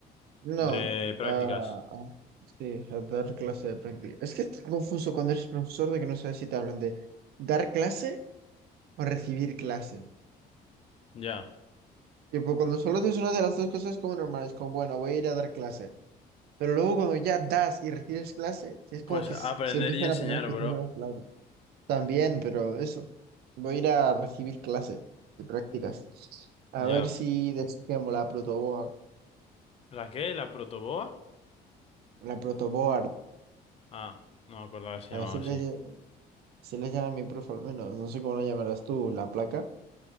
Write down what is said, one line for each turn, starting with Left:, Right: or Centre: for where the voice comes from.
Right: No,
Left: De prácticas.
Right: a, a- sí, a dar clase de práctica. Es que está confuso cuando eres profesor de que no sabes si te hablan de dar clase o recibir clase.
Left: Ya.
Right: Tipo, cuando solo haces una de las dos cosas es como normal, es como, bueno, voy a ir a dar clase. Pero luego cuando ya das y recibes clase, es como
Left: Pues
Right: que
Left: aprender
Right: s- se empiezan
Left: y enseñar,
Right: a poner específicas
Left: bro.
Right: las palabras. También, pero eso. Voy a ir a recibir clases de prácticas. A
Left: Ya.
Right: ver si desquemo la protoboard.
Left: ¿La qué? ¿La protoboa?
Right: La protoboard.
Left: Ah, no me acordaba que se
Right: A
Left: llamaba
Right: ver si
Left: así.
Right: le, lle- si le llama mi profe al menos. No sé cómo la llamarás tú, la placa.